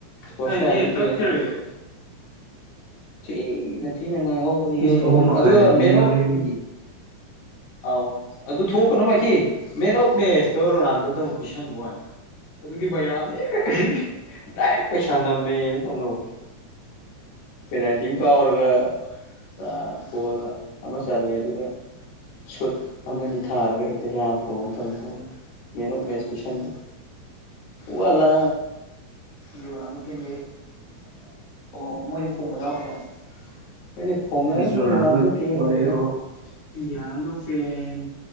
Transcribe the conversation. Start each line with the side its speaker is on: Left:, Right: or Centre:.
Left: ꯀ꯭ꯔꯣꯁꯤꯌꯥꯅ ꯍꯦꯟꯅ ꯊꯤꯅ ꯊꯤꯅ ꯊꯤꯅ ꯉꯥꯡꯍꯧꯕꯅꯤꯍꯦ
Right: ꯄꯨꯡ
Left: ꯏꯕꯣ
Right: ꯑꯍꯨꯝ ꯃꯈꯥꯏꯗꯅꯤꯅꯦ
Left: ꯑꯗꯨꯒ ꯃꯦꯟ ꯑꯣꯐ
Right: ꯍꯣꯔꯦꯟꯒꯤ
Left: ꯎꯝ ꯑꯥꯎ ꯑꯗꯨ ꯊꯣꯛꯀꯅꯣ ꯃꯥꯏꯀꯤ ꯃꯦꯟ ꯑꯣꯐ ꯃꯦꯁꯇꯣ ꯔꯣꯅꯥꯜꯗꯣꯗ ꯑꯃꯨꯛ ꯄꯤꯁꯟꯕ ꯋꯥꯅꯤ ꯑꯗꯨꯒꯤ ꯃꯌꯥꯝꯅ ꯏꯃꯥꯏ ꯑꯍꯤ ꯍꯤ ꯗꯥꯏꯔꯦꯛ ꯄꯩꯁꯥ ꯅꯝꯃꯦꯅ ꯇꯧꯅꯍꯧꯕꯅꯤ ꯄꯦꯅꯥꯜꯇꯤꯝ ꯀꯥꯎꯔꯒ ꯑ ꯒꯣꯜ ꯑꯃ ꯆꯜꯂꯦ ꯑꯗꯨꯒ ꯁꯨꯠ ꯑꯃꯅꯤ ꯊꯥꯔꯒ ꯍꯦꯛꯇ ꯌꯥꯕ꯭ꯔꯣ ꯅ ꯇꯧꯅꯍꯧꯕꯅꯤ ꯃꯦꯟ ꯑꯣꯐ ꯃꯦꯁ ꯄꯤꯁꯟꯕꯩ ꯋꯂꯥ ꯔꯣꯅꯥꯟꯗꯣ ꯐꯦꯟꯒꯩ <unintelligible> ꯑꯣ ꯃꯣꯏꯗꯤ ꯀꯣꯛ ꯃꯅꯥꯎꯄꯥꯅꯤ ꯑꯩꯗꯤ ꯈꯣꯡꯅꯔꯝꯒꯅꯤ
Right: ꯑꯩꯁꯨ ꯔꯣꯅꯥꯜꯗꯣ
Left: ꯔꯣꯅꯥꯟꯗꯣ ꯐꯦꯕꯅꯕꯨ
Right: ꯑꯣꯜꯂꯛꯑꯦꯀꯣ
Left: ꯀꯩꯅꯣ ꯄꯤꯒꯤ ꯔꯣꯅꯥꯟꯗꯣ ꯐꯦꯟ